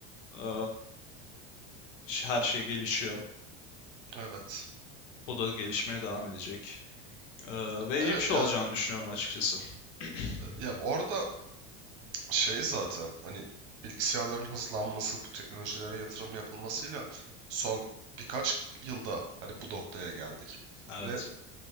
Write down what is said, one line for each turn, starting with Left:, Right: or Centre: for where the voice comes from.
Left: e, her şey gelişiyor.
Right: Evet.
Left: Bu da gelişmeye devam edecek. E, ve
Right: Evet
Left: iyi bir şey
Right: ya,
Left: olacağını düşünüyorum açıkçası. <clears throat> <laughs>
Right: ya orada şey zaten hani bilgisayarların hızlanması bu teknolojilere yatırım yapılmasıyla son birkaç yılda hani bu noktaya geldik.
Left: Evet.
Right: Ve